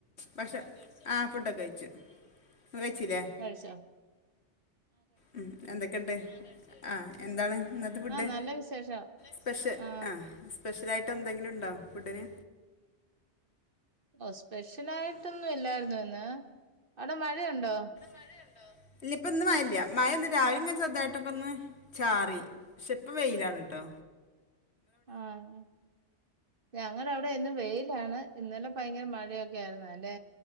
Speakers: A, on the left (about 65°); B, on the right (about 50°).
A: ഭക്ഷ ആഹ് ഫുഡൊക്കഴിച്ചു. ഇങ്ങള് കഴിച്ചിലേ
B: കഴിഷാ
A: ഉം എന്തക്കെണ്ട് ആഹ് എന്താണ് ഇന്നത്തെ ഫുഡ്
B: ആ നല്ല വിശേഷം
A: സ്പെഷ്യൽ
B: ആ
A: ആഹ് സ്പെഷ്യലായിട്ടന്തെങ്കിലുണ്ടോ ഫുഡിന്
B: ഓഹ് സ്പെഷ്യലായിട്ടൊന്നും ഇല്ലായിരുന്നു ഇന്ന്. അവിടെ മഴയുണ്ടോ?
A: മഴയുണ്ടോ? ഇല്ല ഇപ്പ ഇന്ന് മഴല്ല്യ. മഴ ന്ന് രാവിലെ ങ്ങനെ ചെറ്തായി ട്ടൊക്കൊന്ന് ചാറി. പക്ഷെ പ്പം വെയിലാണ് ട്ടോ.
B: ആഹ് ഞങ്ങടെ അവിടെ ഇന്നും വേയ് ലാണ്. ഇന്നലെ ഭയര മഴയൊക്കെ ആയിരുന്നു. അൻ്റെ